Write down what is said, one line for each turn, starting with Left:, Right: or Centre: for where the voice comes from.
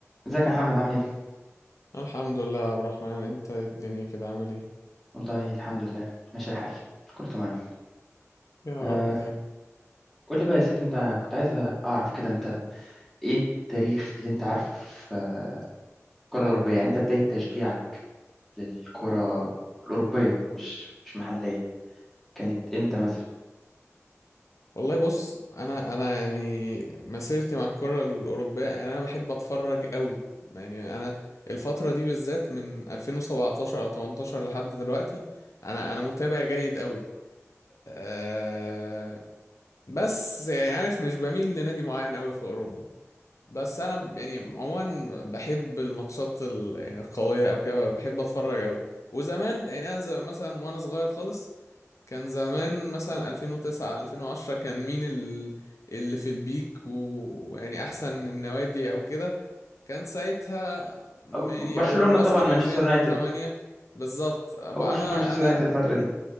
Centre: ازيك يا محمد عامل ايه؟
Left: الحمد لله يا عبد الرحمن انت ايه الدنيا كده عامل ايه
Centre: والله الحمد لله ماشي الحال كله تمام
Left: يا
Centre: آه
Left: رب دايما
Centre: قول لي بقى يا سيدي انت كنت عايز اعرف كده انت ايه التاريخ اللي انت عارفه في آه، الكرة الأوروبية يعني انت بداية تشجيعك للكرة الأوروبية مش مش محلية كانت امتى مثلا؟
Left: والله بص انا انا يعني مسيرتي مع الكرة الأوروبية يعني انا بحب اتفرج قوي يعني انا الفترة دي بالذات من 2017 او 18 لحد دلوقتي انا انا متابع جيد قوي أه بس يعني عارف مش بميل لنادي معين قوي في أوروبا بس انا ب- يعني عموما بحب الماتشات ال- يعني القوية او كده بحب اتفرج قوي وزمان يعني انا زي مثلا وانا صغير خالص كان زمان مثلا 2009 2010 كان مين ال- اللي في البيك ويعني احسن النوادي او كده كان ساعتها م-
Centre: أب-
Left: يعني
Centre: برشلونة
Left: او مثلا
Centre: طبعا مانشستر
Left: 2008
Centre: يونايتد
Left: بالظبط بقى
Centre: هو برشلونة
Left: انا
Centre: مانشستر
Left: انا
Centre: يونايتد الفترة دي